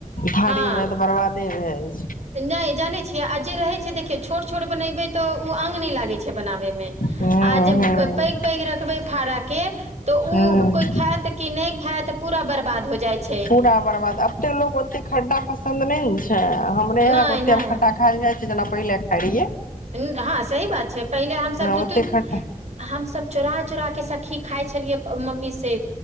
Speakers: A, on the left (about 80°); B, on the right (about 55°).
A: भारी
B: हँ
A: मे तऽ बरबाद से भेल
B: नहि जानै छियै आ जे रहै छैय देखियौ छोट छोट बनेबै तऽ ओ अङ्ग नहि लागै छैय बनाबैमे। आ
A: छै हूं
B: जे
A: हूं
B: पैघ पैघ रखबै फड़ा के तऽ
A: हूं
B: ओ कोइ खायत कि नहि खायत पूरा बर्बाद हो जाइ छैय।
A: पूरा बर्बाद अब ते लोग ओते खड्डा पसन्द ने ने छैय हमरे यहा
B: नहि
A: के ओते
B: नहि
A: खड्डा खायल जाय छैय जेना पहिले खाय रहिये।
B: हँ सही बात छैय पहिले हमसभ दू
A: ओते
B: तीन
A: खट
B: हमसभ चोराह चोरा के सखी खाइ छलियै मम्मी से।